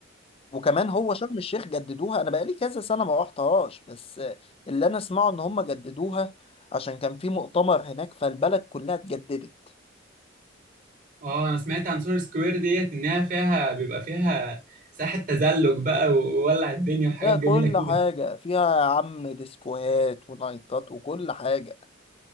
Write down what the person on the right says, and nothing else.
اه انا سمعت عن سور سكوير ديت انها فيها بيبقى فيها ساحة تزلج بقى وولع الدنيا وحاجات
جميلة
كده